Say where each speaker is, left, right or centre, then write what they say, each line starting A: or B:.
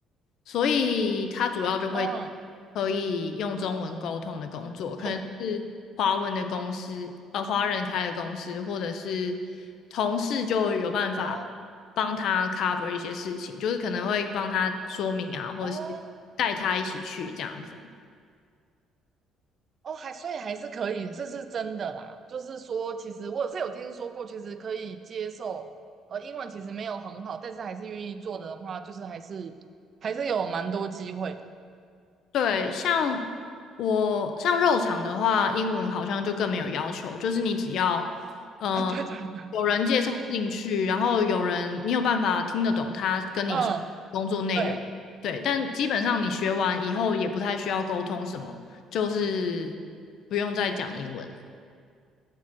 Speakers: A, on the left; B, on the right.
A: 所以他主要就会
B: 嗯，
A: 可以用中文沟通的工作，可能是华文的公司，
B: 做什么？
A: 呃，华人开的公司，或者是同事就有办法
B: 哦
A: 帮他 cover 一些事情，就是可能会帮他说明啊，或者是
B: 哦
A: 带他一起去这样子。
B: 哦，还所以还是可以，这是真的啦。就是说，其实我是有听说过，其实可以接受。呃，英文其实没有很好，但是还是愿意做的话，就是还是还是有蛮多机会的。
A: 对，像我像肉场的话，英文好像就更没有要求，就是你只要呃
B: <laughs> 啊，对对对，
A: 有人介绍进去，然后有人你有办法听得懂他跟你说工作内容，
B: 嗯，对。
A: 对，但基本上你学完以后也不太需要沟通什么，就是不用再讲英文了。